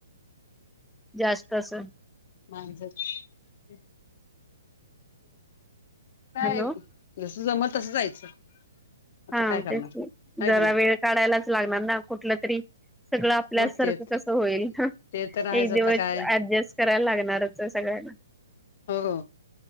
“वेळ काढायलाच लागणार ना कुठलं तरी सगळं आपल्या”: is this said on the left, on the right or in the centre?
Centre